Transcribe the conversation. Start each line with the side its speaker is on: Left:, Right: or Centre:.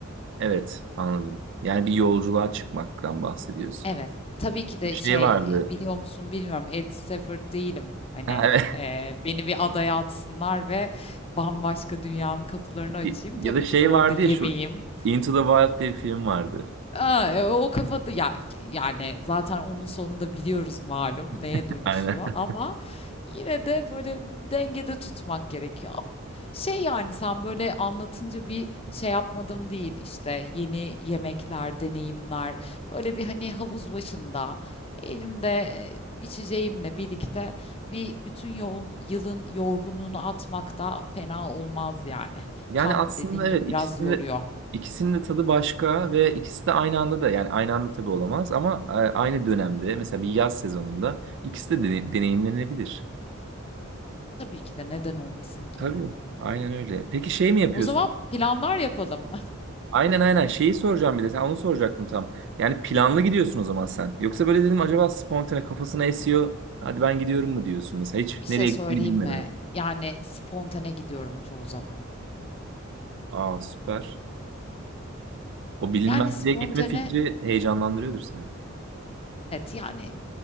Right: Evet, anladım. Yani bir yolculuğa çıkmaktan bahsediyorsun.
Left: Evet. Tabii ki de
Right: Bir şey
Left: şey,
Right: vardı.
Left: eee, biliyor musun bilmiyorum, Ed Stafford değilim. Hani,
Right: Ha, evet.
Left: eee, beni bir adaya atsınlar ve bambaşka dünyanın kapılarını
Right: <laughs>
Left: açayım.
Right: Ya
Left: Tabii
Right: da şey
Left: ki de orada
Right: vardı
Left: yemeyim.
Right: ya şu Into the Wild diye bir film vardı.
Left: A, eee, o kafada ya yani zaten onun sonunda biliyoruz malum neye
Right: <laughs>
Left: dönüşüyor
Right: Aynen.
Left: ama yine de böyle dengede tutmak gerekiyor. Şey yani sen böyle anlatınca bir şey yapmadım değil işte yeni yemekler, deneyimler böyle bir hani havuz başında elimde e, içeceğimle birlikte bir bütün yol, yılın yorgunluğunu atmak da fena olmaz yani.
Right: Yani
Left: Kamp
Right: aslında
Left: dediğin
Right: evet
Left: gibi biraz
Right: ikisinin
Left: yoruyor.
Right: de ikisinin de tadı başka ve ikisi de aynı anda da yani aynı anda tabii olamaz ama e, aynı dönemde mesela bir yaz sezonunda ikisi de dene- deneyimlenebilir.
Left: Tabii ki de neden olmasın ki?
Right: Tabii. Aynen öyle. Peki şey mi yapıyorsun?
Left: O zaman planlar yapalım.
Right: Aynen aynen şeyi soracağım bir de sen onu soracaktım tam. Yani planlı gidiyorsun o zaman sen. Yoksa böyle dedim acaba spontane kafasına esiyor. Hadi ben gidiyorum mu diyorsun mesela
Left: <laughs>
Right: hiç
Left: Bir
Right: nereye
Left: şey söyleyeyim
Right: gittiğini bilmeden.
Left: mi? Yani spontane gidiyorum çoğu zaman.
Right: Aa süper. O bilinmezliğe
Left: Yani spontane
Right: gitme fikri heyecanlandırıyordur seni.
Left: Evet yani